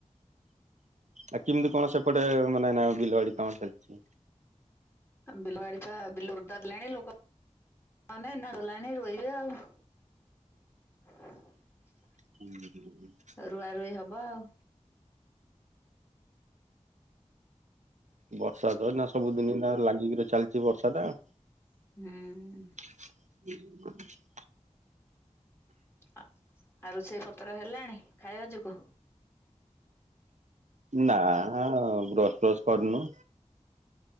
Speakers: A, on the right (about 70°); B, on the left (about 20°).
A: ଆ କେମିତି କଣ ସେପଟେ ମାନେ ନା ବିଲଆଡି କାମ ଚାଲିଛି?
B: ବିଲୁବାଡି ପା ବିଲୁ ରଦ୍ଦାଦ ଲେଣି ଲୋକ ହ ମ ଏନା କ ଲଣି ରୋୋଇ ବି ଆଉ <unintelligible>
A: ହୁଁ ହୁଁ <unintelligible>
B: ରୁଆ ରୁଇ ହବ ଆଉ।
A: ବର୍ଷା ତ ନା ସବୁଦିନ ନା ଲାଗିକିରି ଚାଲିଛି ବର୍ଷା ଟା ଆଉ
B: ହୁଁ।
A: <inaudible>
B: ଆଉ ରୋଷେଇ ପତ୍ର ହେଲାଣି ଖାଇବା ଯୋଗୁ?
A: ନା ବ୍ରସ୍ ଫ୍ରସ୍ କରିନୁ